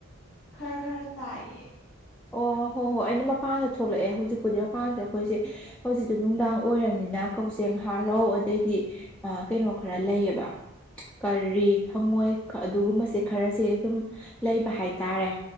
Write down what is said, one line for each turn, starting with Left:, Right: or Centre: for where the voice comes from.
Left: ꯈꯔ ꯈꯔ ꯇꯥꯏꯌꯦ
Centre: ꯑꯣ ꯍꯣ ꯍꯣꯏ ꯑꯩꯅ ꯃꯄꯥꯟꯗ ꯊꯣꯛꯂꯛꯑꯦ ꯍꯧꯖꯤꯛꯄꯨꯗꯤ ꯃꯄꯥꯟꯁꯦ ꯑꯩꯈꯣꯏꯁꯦ ꯍꯧꯖꯤꯛꯇꯣ ꯅꯨꯡꯗꯥꯡ ꯑꯣꯏꯔꯕꯝꯅꯤꯅ ꯀꯛꯆꯦꯡ ꯍꯥꯔꯧ ꯑꯗꯩꯗꯤ ꯑ ꯀꯩꯅꯣ ꯈꯔ ꯂꯩꯌꯦꯕ ꯀꯔꯤ ꯍꯉꯣꯏ ꯑꯗꯨꯒꯨꯝꯕꯁꯦ ꯈꯔꯁꯦ ꯑꯗꯨꯝ ꯂꯩꯕ ꯍꯥꯏꯇꯥꯔꯦ